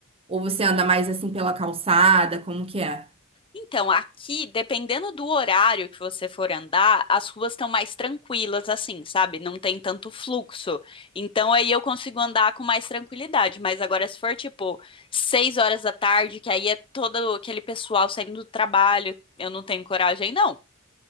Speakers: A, on the right; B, on the left.
A: ou você anda mais assim pela calçada, como que é?
B: Então, aqui, dependendo do horário que você for andar, as ruas estão mais tranquilas, assim, sabe? Não tem tanto fluxo. Então, aí eu consigo andar com mais tranquilidade. Mas agora, se for tipo seis horas da tarde, que aí é todo aquele pessoal saindo do trabalho, eu não tenho coragem, não.